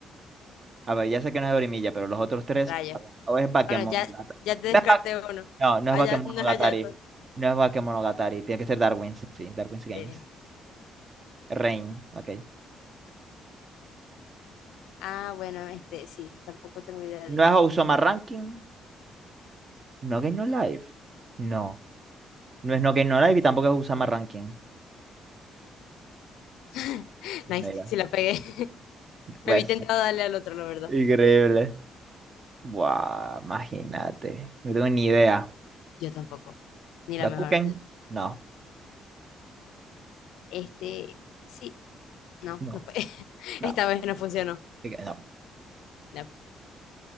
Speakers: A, on the right; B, on the left.
A: A ver, ya sé que no es Dorimiya, pero los otros tres,
B: rayo.
A: a ver, o es Bakemonogatari.
B: Bueno, ya, ya te descarté
A: No, es Bak-
B: uno.
A: no, no
B: Allá,
A: es Bakemonogatari.
B: no es Hayato.
A: No es Bakemonogatari. Tiene que ser Darwin's. Sí, Darwin's Games.
B: Sí.
A: Rain, ok.
B: Ah, bueno, este, sí, tampoco tengo idea de este.
A: No es Osama Ranking. No Game No Life. No. No es No Game No Life y tampoco es Osama Ranking.
B: <laughs>
A: Mira,
B: Nice, sí la pegué. <laughs>
A: pues.
B: Me vi tentado a darle al otro, la verdad.
A: Increíble. Buah, imagínate. No tengo ni idea.
B: Yo tampoco. Ni
A: ¿Gakuken?
B: la mejor.
A: No,
B: Este, sí, no,
A: no,
B: no fue.
A: no.
B: Esta vez no funcionó.
A: Ok, No.
B: No.